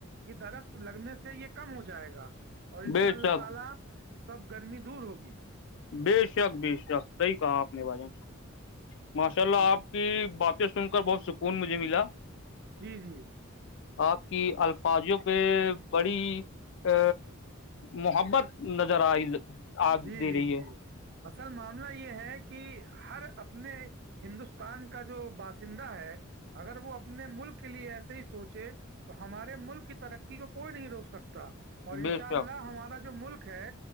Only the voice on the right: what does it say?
یہ درخت لگنے سے یہ کم ہو جائے گا اور ان
شاء اللہ
تعالی سب گرمی دور ہوگی
جی
جی جی
جی
جی
جی
اصل معاملہ یہ ہے کہ ہر اپنے ہندوستان کا جو باشندہ ہے اگر وہ اپنے ملک کے لیے ایسے ہی سوچے تو ہمارے ملک کی ترقی کو کوئی نہیں روک سکتا اور ان
شاء
اللہ ہمارا جو ملک ہے